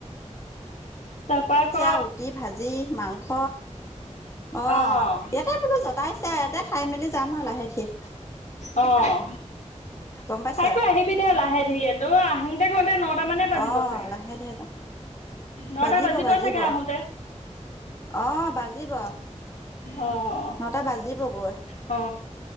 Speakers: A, on the left; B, on the left.
A: তাৰপা ক,
B: আৰু ৰুটি ভাজি মাংস অঁ
A: আহ
B: ইয়াতে বোলো জতাইছে ইয়াতে খাই মেলি যাম আৰু লাহে ধীৰে
A: আহ
B: গম পাইছে
A: আকৌ আহিবি দে লাহে ধিয়ে তই আহো। সেই কাৰণে তা মানে বাজিব
B: অঁ
A: চাগে-
B: লাহে ধীৰে যাম
A: নটা
B: বাজিব
A: বাজিৰ
B: বাজিব
A: প চাগে আহোতে
B: অঁ বাজিব
A: অ-
B: নটা বাজিবগৈ
A: অ